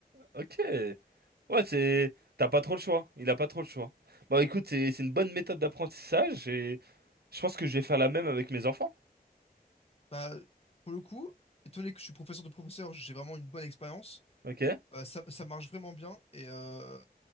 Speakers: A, on the right; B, on the left.
A: Ok. Ouais, c'est... T'as pas trop le choix. Il a pas trop le choix. Bah écoute, c'est c'est une bonne méthode d'apprentissage et je pense que je vais faire la même avec mes enfants.
B: Bah, pour le coup, étonné que je suis professeur de professeur, j'ai vraiment une bonne expérience.
A: Ok?
B: Euh, ça, ça marche vraiment bien. Et euh,